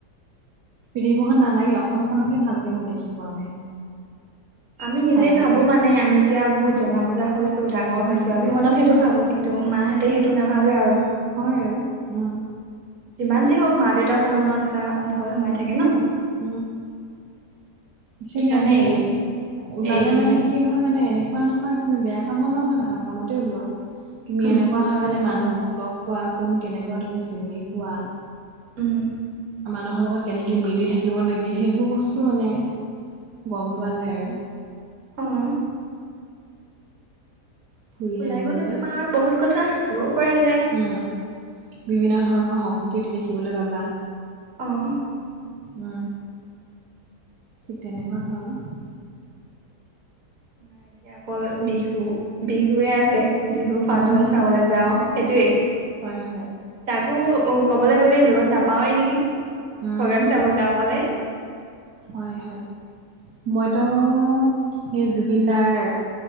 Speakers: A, on the right; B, on the right.
A: পিধবহন নালাগে অসমখনকে ভালকে মই দেখি পোৱা নাই। <unintelligible>
B: আমি নিজে
A: ঠাইবোৰ
B: ভাবো মানে আমি এতিয়া বহুত
A: হয়
B: জনা বুজা হৈছো ডাঙৰ হৈছো আমি মনত সেইটো
A: হয়
B: ভাবো কিন্তু মাহ। সেতি সেইটো নাভাবে আৰু
A: হয় আৰু উম
B: যিমান যি হওক মা দেউতা ৰ মনত এটা ভয় সোমাই থাকে ন।
A: উ একচলি
B: সেইকাৰণে
A: আমি
B: এৰি
A: ওলালে
B: এৰি নিদিয়ে
A: মানে কি হয় মানে এনে এনেকোৱা নহয় তুমি বেয়া কামত নহয় ভাল কামতে ওলোৱা তুমি
B: উম
A: এনেকোৱা হয় মানে মানুহ হক লগ পোৱা কোন কেনেকোৱা তুমি চিনি পোৱা।
B: উম
A: মানুহৰ লগত কেনেকে মিলি থাকিব লাগে সেইবোৰ বস্তু মানে গম পোৱা যায় আৰু।
B: অহ
A: ফুৰিলে
B: ওলাই
A: মেলিলে
B: গলে তোমাৰ বহুত কথা শিকিবও পৰা যায়।
A: উম বিভিন্ন ধৰণৰ সংস্কৃতি দেখিবলৈ পাবা।
B: অহ
A: উম ঠিক তেনেকোৱা ধৰণৰ।
B: আ এতিয়া অকল বিহু বিহুৱে আছে বিহু ফাংচন
A: উম
B: চাবলৈ যাওঁ। সেইটোৱেই
A: হয় হয়
B: আকৌ ক'বলৈ গ'লে দূৰত নাপাওঁৱেই নেকি
A: উম
B: প্ৰগ্ৰেম চাব যাওঁ ক'লে
A: হয় হয় মইতো সেই জুবিন দাৰ